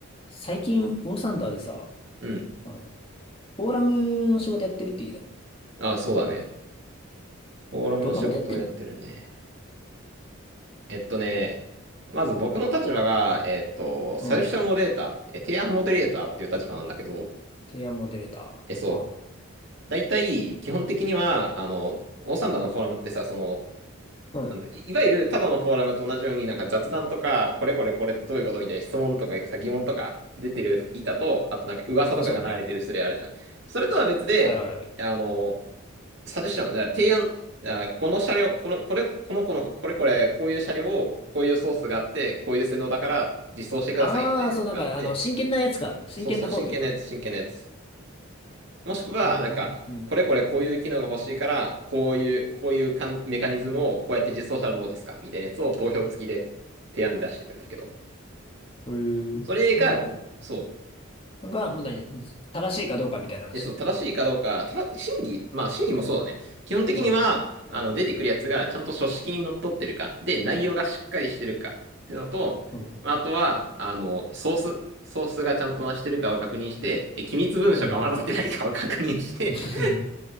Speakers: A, on the left; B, on the right.
A: 最近、ウォーサンダーでさ、
B: うん。
A: うん、フォーラムの仕事やってるって言いたの。
B: あ、そうだね。フォーラムの仕事をやってるね。
A: どんなことやってんの
B: えっとね、まず僕の立場が、えっと、サジェスションモデレーター、
A: うん。
B: え提案モデレーターっていう立場なんだけど、
A: 提案モデレーター。
B: え、そう。
A: ああ、
B: だいたい、基本的には、あの、オーサンダーのフォーラムってさ、その、
A: うん。
B: なんだ、い、いわゆるただのフォーラムと同じように、なんか雑談とか、これこれこれどういうことみたいな質問とかさ、疑問とか出てる板と、あとなんか噂とかが流れてるスレあるじゃん。
A: あ、そうね、あるね。
B: それとは別で、
A: あるあるある。
B: あの、サジェッション、だから提案、あこの車両、この、これ、この、この、これこれ、こういう車両を、こういうソースがあって、こういう性能だから実装してくださいみたいなやつがあって、
A: ああ、そう、なんか、あの、真剣なやつか。真剣な方というか。
B: そうそう、真剣なやつ、真剣なやつ。もしくは、
A: 運営に、
B: なんか、
A: うん。
B: これこれこういう機能が欲しいから、こういう、こういうかんメカニズムをこうやって実装したらどうですかみたいなやつを投票付きで提案で出してるんだけど、
A: へえ、
B: それが、
A: こんなこ
B: そう、
A: と。が、もう何、正しいかどうかみたいな話。
B: え、そう、正しいかどうか、ただ、審議、まあ、審議もそうだね。基本的には、
A: うん。
B: あの、出てくるやつがちゃんと書式にのっとってるか、で、内容がしっかりしてるかっていうのと、
A: うん。
B: まあ、あとは、あの、ソース、ソースがちゃんとなしてるかを確認して、え、機密文書が混ざってないかを確認して、
A: はい。<laughs>